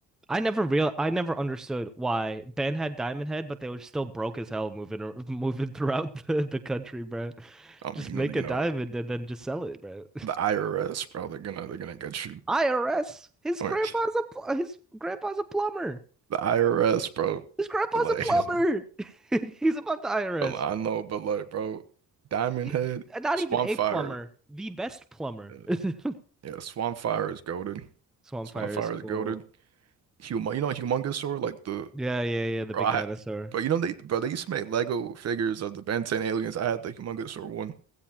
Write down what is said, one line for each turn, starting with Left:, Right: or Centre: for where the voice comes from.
Centre: I never real I never understood why Ben had Diamond Head, but they were still broke as hell moving ar- <laughs> moving throughout the, the country, bro.
Right: I mean,
Centre: Just make
Right: you know, you
Centre: a
Right: know.
Centre: diamond and then just sell it, bro.
Right: The IRS, bro, they're gonna they're gonna get
Centre: <laughs>
Right: you.
Centre: IRS. His
Right: Like
Centre: grandpa's a pl- his grandpa's a plumber.
Right: the IRS, bro.
Centre: His grandpa's
Right: But like,
Centre: a plumber.
Right: <laughs>
Centre: <laughs> He's above the IRS.
Right: but like, I know, but like, bro, Diamond
Centre: He,
Right: Head,
Centre: not
Right: Swamp
Centre: even a
Right: Fire,
Centre: plumber, the best plumber.
Right: uh,
Centre: <laughs>
Right: yeah, Swamp Fire is goaded.
Centre: Swampfire
Right: Swamp Fire
Centre: is cool.
Right: is goaded. Humo, you know, Humongousaur, like the
Centre: Yeah, yeah, yeah. The
Right: bro,
Centre: big
Right: I,
Centre: dinosaur.
Right: bro, you know they, bro, they used to make Lego figures of the Ben 10 aliens. I had the Humongousaur one,